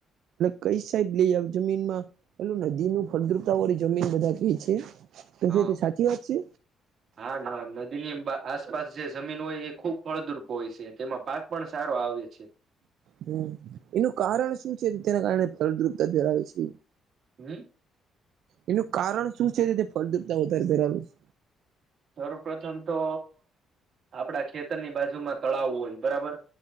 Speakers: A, on the right; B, on the right.
A: કઈ સાઈડ લઈ જમીનમાં. હેલું નદી નું ફળદ્રુતા વાળી જમીન બધા ક છે તો
B: હ
A: તે સાચી વાત છે.
B: હા ના નદી ની આસપાસ જે જમીન હોય એ ખુબ ફળદ્રુપ હોય છે તેમાં પાક પણ સારો આવે છે.
A: હમ એનું કારણ શું છે તેના કારણે ફળદ્રુપતા ધરાવે છે.
B: હમ.
A: એનું કારણ શું છે તે ફળદ્રપતા વધારે ધરાવે છે.
B: સર્વપ્રથમ તો આપડા ખેતરની બાજુમાં તળાવ હોય બરાબર.